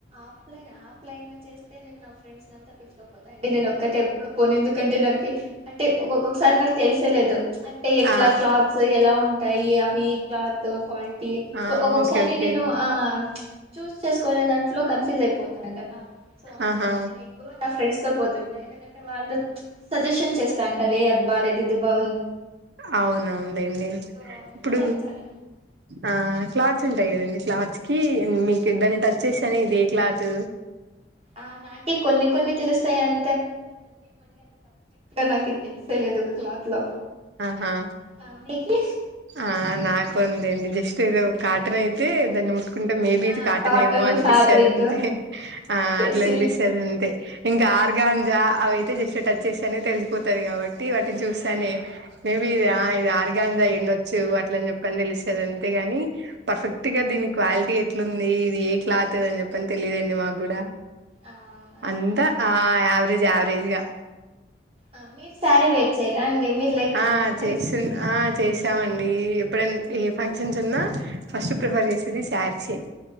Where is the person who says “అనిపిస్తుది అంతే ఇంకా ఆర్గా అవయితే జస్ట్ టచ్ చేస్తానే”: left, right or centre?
Right